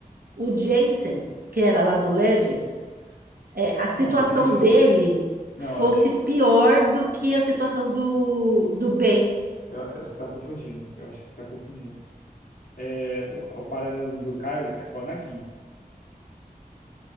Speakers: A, on the right; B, on the left.
A: o Jensen, que era lá do Legends, é, a situação
B: Não, só que.
A: dele
B: Não,
A: fosse
B: eu acho que.
A: pior do que a situação do, do Ben.
B: Eu, eu- você tá confundindo. Eu acho que você tá confundindo. É, o, o paralelo do Kylo é com o Anakin,